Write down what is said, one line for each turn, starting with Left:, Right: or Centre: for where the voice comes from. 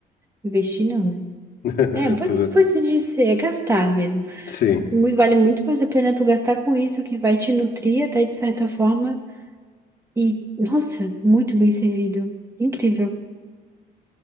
Right: Investir não, né?
Left: <laughs>
Right: É, pode,
Left: Pois é.
Right: pode se dizer, é gastar mesmo.
Left: Sim.
Right: Mu- Vale muito mais a pena tu gastar com isso, que vai te nutrir até de certa forma. E, nossa, muito bem servido. Incrível.